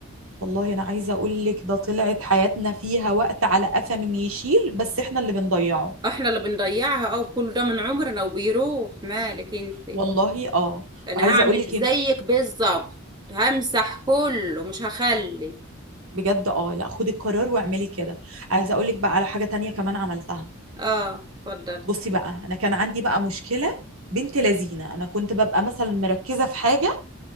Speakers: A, on the right; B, on the right.
A: والله انا عايزه اقول لك ده طلعت حياتنا فيها وقت على قفا من يشيل بس احنا اللي بنضيعه
B: احنا اللي بنضيعها اه كل ده من عمرنا وبيروح مالك انت
A: والله اه
B: انا
A: وعايزه
B: هعمل
A: اقول لك
B: زيك
A: إيه،
B: بالظبط همسح كله مش هخلي
A: بجد اه لا خدي القرار واعملي كده عايزه اقول لك بقى على حاجه تانية كمان عملتها
B: اه اتفضل
A: بصي بقى انا كان عندي بقى مشكله بنت لذينه انا كنت ببقى مثلا مركزه في حاجه